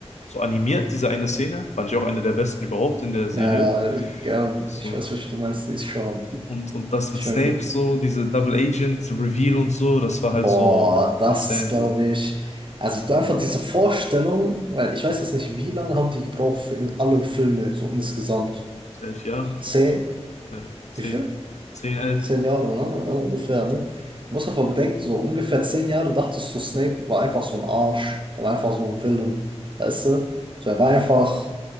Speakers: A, on the left; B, on the right.
A: so animiert, diese eine Szene. Fand ich auch eine der besten überhaupt in der Serie.
B: Ja, ja, ja,
A: So.
B: ich weiß, was du meinst, die ist schon,
A: Und, und das mit
B: schon
A: Snape
B: gut.
A: so, diese Double Agent Reveal und so, das war halt
B: Boah,
A: so
B: das
A: insane
B: ist, glaube
A: so.
B: ich, also da einfach diese Vorstellung, weil ich weiß jetzt nicht, wie lange haben die gebraucht für in alle Filme, so insgesamt.
A: Elf Jahre
B: So
A: vielleicht.
B: zehn,
A: Äh, zehn.
B: wie viel?
A: Zehn, elf.
B: Zehn Jahre, ne? Ja, Ungefähr, ne? Du musst einfach bedenken, so ungefähr zehn Jahre dachtest du, Snape war einfach so ein Arsch. Er war einfach so ein Villain, weißt du? So, er war
A: Hm.
B: einfach